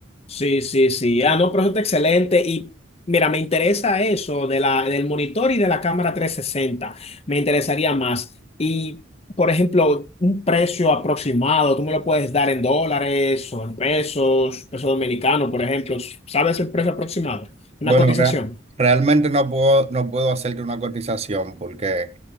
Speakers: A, on the left; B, on the right.
A: Sí, sí, sí. Ah, no, pero eso está excelente. Y mira, me interesa eso de la, del monitor y de la cámara 360. Me interesaría más. Y, por ejemplo, un precio aproximado, tú me lo puedes dar en dólares o en pesos, peso dominicano, por ejemplo. ¿Sabes el precio aproximado? Una
B: Bueno,
A: cotización.
B: rea- realmente no puedo, no puedo hacerte una cotización porque